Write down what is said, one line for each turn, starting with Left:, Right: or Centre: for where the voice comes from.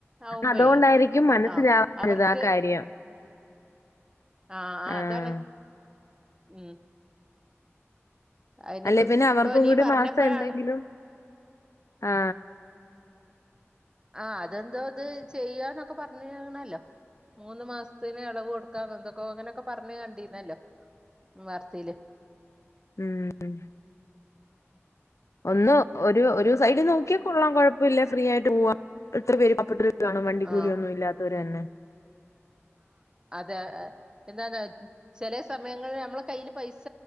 Right: ആവുമ്പഴേ
Left: അതുകൊണ്ടായിരിക്കും മനസ്സിലാവാത്തത്
Right: ആഹ് അവർക്ക്
Left: ആ കാര്യം
Right: ആ ആ
Left: ആഹ്.
Right: അതാണ് ഉം അയിന്
Left: അല്ലെ
Right: ഇപ്പൊ
Left: പിന്നെ അവർക്കും
Right: നീ
Left: കൂടി
Right: പറഞ്ഞപ്പഴാണ്
Left: മാസം എന്തെങ്കിലും ആ
Right: ആ അതെന്തോ ഇത് ചെയ്യാന്നൊക്കെ പറഞ്ഞണല്ലോ മൂന്ന് മാസത്തിന് ഇളവ് കൊടുക്കാന്ന് എന്തൊക്കോ അങ്ങനെയൊക്കെ പറഞ്ഞത് കണ്ടിരുന്നല്ലോ ഉം വാർത്തയില്
Left: ഉം ഒന്നു ഒരു ഒരു സൈഡ് നോക്കിയാ കൊള്ളാം കൊഴപ്പമില്ല ഫ്രീ ആയിട്ട് പോവാ എത്ര പേര് ഇപ്പെട്ട കാണോ വണ്ടിക്കൂലിയൊന്നും
Right: ആഹ്
Left: ഇല്ലാത്തവരെന്നെ
Right: അത എന്താന്ന് ചെലേ സമയങ്ങളിൽ നമ്മള കയ്യിൽ പൈസ